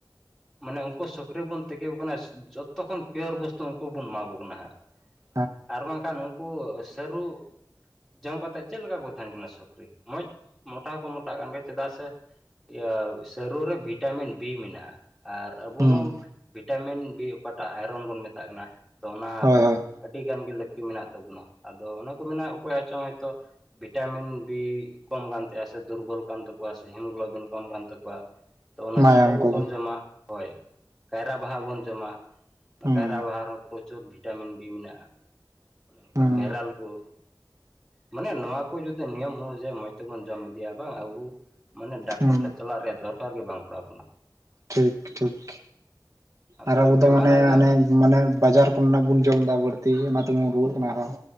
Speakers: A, in the centre; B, on the right (about 45°).
A: ᱢᱟᱱᱮ ᱩᱝᱠᱩ ᱥᱩᱠᱨᱤ ᱵᱚᱱ ᱛᱮᱠᱮᱣᱟᱠᱚ ᱠᱟᱱᱟ ᱡᱚᱛᱚ ᱠᱷᱚᱱ ᱯᱤᱭᱳᱨ ᱵᱚᱥᱛᱩ ᱩᱝᱠᱩ ᱵᱚᱱ ᱮᱢᱟ ᱠᱚ ᱠᱟᱱᱟ ᱦᱟᱸᱜ᱾
B: <unintelligible>
A: ᱟᱨ ᱵᱟᱝᱠᱷᱟᱱ ᱩᱝᱠᱩ ᱥᱟᱹᱨᱩ ᱡᱚᱢ ᱠᱟᱛᱮᱫ ᱪᱮᱫ ᱞᱮᱠᱟ ᱠᱚ ᱛᱟᱦᱮᱸᱱ ᱠᱟᱱᱟ ᱥᱩᱠᱨᱤ ᱢᱚᱡᱽ, ᱢᱚᱴᱟ ᱦᱚᱸ ᱠᱚ ᱢᱚᱴᱟᱜ ᱠᱟᱱ ᱜᱮᱭᱟ ᱪᱮᱫᱟᱜ ᱥᱮ ᱤᱭᱟᱹ ᱥᱟᱹᱨᱩ ᱨᱮ ᱵᱷᱤᱴᱟᱢᱤᱱ ᱵᱤ ᱢᱮᱱᱟᱜᱼᱟ ᱟᱨ ᱟᱵᱚ
B: ᱦᱩᱸ
A: ᱦᱚᱸ ᱵᱷᱤᱴᱟᱢᱤᱱ ᱵᱤ ᱚᱠᱟᱴᱟᱜ ᱟᱭᱨᱚᱱ ᱵᱚᱱ ᱢᱮᱛᱟᱜ ᱠᱟᱱᱟ ᱛᱚ ᱚᱱᱟ
B: ᱦᱳᱭ ᱦᱳᱭ
A: ᱟᱹᱰᱤ ᱜᱟᱱ ᱜᱮ ᱞᱟᱹᱠᱛᱤ ᱢᱮᱱᱟᱜ ᱛᱟᱵᱚᱱᱟ ᱟᱫᱚ ᱚᱱᱟ ᱠᱚ ᱢᱮᱱᱟ ᱚᱠᱚᱭᱟᱜ ᱪᱚᱝ ᱦᱚᱭᱛᱳ ᱵᱷᱤᱴᱟᱢᱤᱱ ᱵᱤ ᱠᱚᱢ ᱠᱟᱱ ᱛᱟᱭᱟ ᱥᱮ ᱫᱩᱨᱵᱚᱞ ᱠᱟᱱ ᱛᱟᱠᱚᱣᱟ ᱥᱮ ᱦᱤᱢᱜᱞᱳᱵᱤᱱ ᱠᱚᱢ ᱠᱟᱱ ᱛᱟᱠᱚᱣᱟ, ᱛᱚ ᱚᱱᱟ
B: ᱢᱟᱭᱟᱢ
A: ᱥᱟᱹᱨᱩ ᱠᱚᱵᱚᱱ
B: ᱠᱚ
A: ᱡᱚᱢᱟ ᱦᱳᱭ ᱠᱟᱭᱨᱟ ᱵᱟᱦᱟ ᱵᱚᱱ ᱡᱚᱢᱟ, ᱚᱱᱟ
B: ᱦᱩᱸ
A: ᱠᱟᱭᱨᱟ ᱵᱟᱦᱟ ᱨᱮᱦᱚᱸ ᱯᱨᱚᱪᱩᱨ ᱵᱷᱤᱴᱟᱢᱤᱱ ᱵᱤ ᱢᱮᱱᱟᱜᱼᱟ ᱚᱱᱮ ᱚᱝᱠᱟ
B: ᱦᱩᱸ
A: ᱢᱮᱨᱟᱞ ᱠᱚ, ᱢᱟᱱᱮ ᱱᱚᱣᱟ ᱠᱚ ᱡᱩᱫᱤ ᱱᱤᱭᱚᱢ ᱚᱱᱩᱡᱟᱭᱤ ᱢᱚᱸᱡᱽ ᱛᱮᱵᱚᱱ ᱡᱚᱢ ᱤᱫᱤᱭᱟ ᱵᱟᱝ ᱟᱵᱚ ᱢᱟᱱᱮ ᱰᱟᱠᱛᱚᱨ
B: ᱦᱩᱸ
A: ᱴᱷᱮᱡ ᱪᱟᱞᱟᱜ ᱨᱮᱭᱟᱜ ᱫᱚᱨᱠᱟᱨ ᱜᱮ ᱵᱟᱝ ᱯᱟᱲᱟᱣ ᱟᱵᱚᱱᱟ᱾
B: ᱴᱷᱤᱠ ᱴᱷᱤᱠ,
A: ᱟᱫᱚ
B: ᱟᱨ ᱟᱵᱚ
A: ᱵᱮᱢᱟᱨ
B: ᱫᱚ ᱢᱟᱱᱮ
A: ᱟᱡᱟᱨ
B: ᱚᱱᱮ ᱢᱟᱱᱮ ᱵᱟᱡᱟᱨ ᱠᱚ ᱨᱮᱱᱟᱜ ᱵᱚᱱ ᱡᱚᱢ ᱮᱫᱟ ᱵᱟᱹᱲᱛᱤ ᱚᱱᱟ ᱛᱮᱵᱚᱱ ᱨᱩᱣᱟᱹᱜ ᱠᱟᱱᱟ ᱟᱨᱦᱚᱸ,